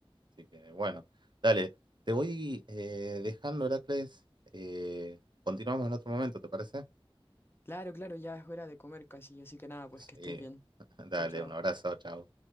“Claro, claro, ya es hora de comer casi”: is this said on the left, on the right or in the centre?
Left